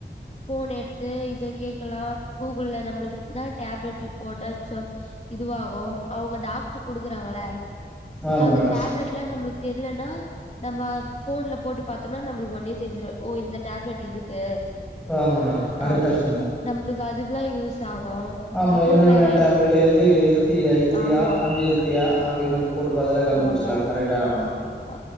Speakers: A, on the left; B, in the centre.
A: ஃபோன் எடுத்து இத கேக்கலாம் கூகுள் நம்மளுக்குன டேப்லெட் போட்டா இதுவாகும் அவங்க டாக்டர் குடுக்குறாங்கள இப்ப
B: ஆமா
A: அந்த
B: மேடம்
A: டேப்லெட்லா நம்மளுக் தெர்லனா நம்ம ஃபோன்ல போட்டு பாத்தோனா நம்பளுக்கு ஒடனே தெரிஞ்சிரும் ஓ இந்த டேப்லெட் இதுக்கு
B: ஆமா மேடம் கரெக்டா
A: அப்படின்னு
B: சொன்னீங்க
A: நம்புளுக்கு அதுக்கெல்லா யூஸ் ஆகு
B: ஆமா
A: அப்புறோ
B: என்னன்ன
A: வேற
B: டாப்லட்
A: என்
B: எதுக்கு எல்த்தியா எல்த்தியா
A: ஆமா
B: அன் எல்த்தியா அப்டினு நம்ம போட்டு பாத்தாலே கண்டு புடுச்சலா
A: ஆமா
B: கரெக்டா ஆமானு
A: ஆ